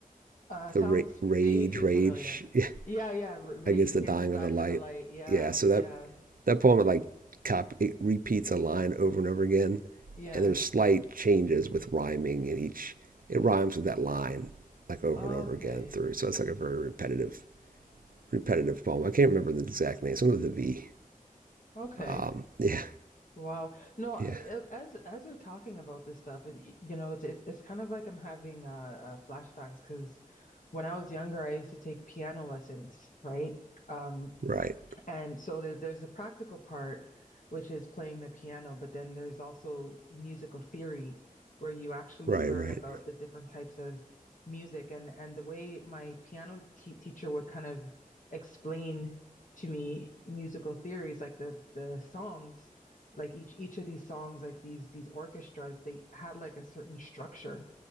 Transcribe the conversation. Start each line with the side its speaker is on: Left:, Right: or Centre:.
Left: Uh, sounds
Right: the ra- rage
Left: vaguely
Right: rage
Left: familiar.
Right: <laughs>
Left: Yeah, yeah. R Rage
Right: against
Left: Against
Right: the dying
Left: the Dying
Right: of the light.
Left: of the Light. Yeah,
Right: Yeah, so that
Left: yeah,
Right: that poem it like cop it repeats a line over and over again,
Left: yeah.
Right: and there's slight changes with rhyming in each. It rhymes with that line like over
Left: Okay,
Right: and over again through. So it's like a very repetitive repetitive poem. I can't remember the exact name. Something with a V.
Left: okay.
Right: Um, <laughs> yeah,
Left: Wow. No, I-
Right: yeah,
Left: as as you're talking about this stuff, it, you know, it's it, it's kind of like I'm having uh, uh flashbacks because when I was younger, I used to take piano lessons, right? Um,
Right: right,
Left: And so there, there's a practical part, which is playing the piano, but then there's also musical theory, where you actually
Right: right,
Left: learn
Right: right,
Left: about the different types of music. And, and the way my piano te teacher would kind of explain to me musical theories, like the, the songs, like each, each of these songs, like these, these orchestras, they had like a certain structure,